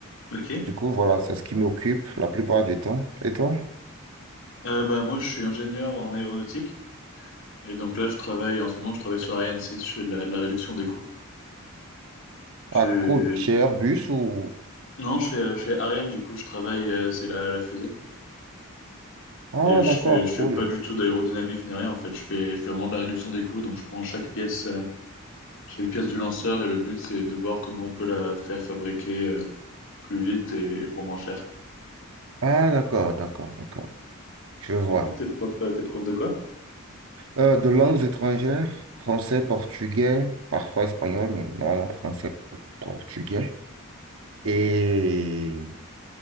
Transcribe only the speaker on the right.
Du coup, voilà, c'est ce qui m'occupe la plupart du temps. Et toi?
Ah, cool. Chez Airbus ou...
Ah,
d'accord,
cool.
Ah, d'accord, d'accord, d'accord. Je vois.
Euh, de langues étrangères, français, portugais, parfois espagnol, mais normalement français, portugais. Et,